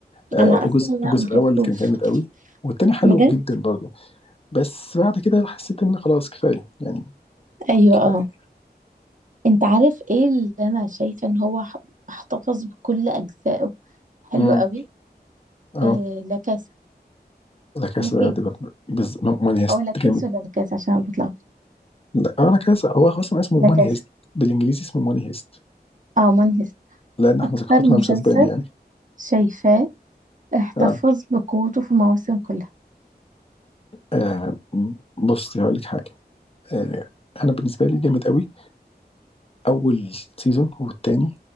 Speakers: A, on the left (about 35°); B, on the right (about 50°).
A: آه
B: انا
A: الجزء
B: اصلا لا
A: الجزء
B: ما
A: الأول
B: شفتوش
A: كان جامد قوي والتاني حلو
B: بجد
A: جدا برضه بس بعد كده حسيت إن خلاص كفاية يعني
B: ايوه
A: كفاية
B: اه انت عارف ايه اللي انا شايفه ان هو ح- احتفظ بكل اجزائه حلو
A: امم
B: قوي
A: اه
B: إيه لا كاسا
A: لا كاسا
B: لكي
A: دي بر- بز... ماني هيست
B: او لا كيس
A: جامد
B: ولا لا كاس عشان بطلع
A: لا اه لا كاسا هو أصلا اسمه
B: لا
A: ماني
B: كاس
A: هيست بالإنجليزي اسمه ماني هيست
B: اه ماني هيست
A: لأن احنا
B: اكتر
A: ثقافتنا
B: مسلسل
A: مش أسباني يعني
B: شايفاه احتفظ
A: اه,
B: بقوته في المواسم كلها
A: آه بصي هقول لك حاجة آه، انا بالنسبه لي جامد قوي اول سيزون والتاني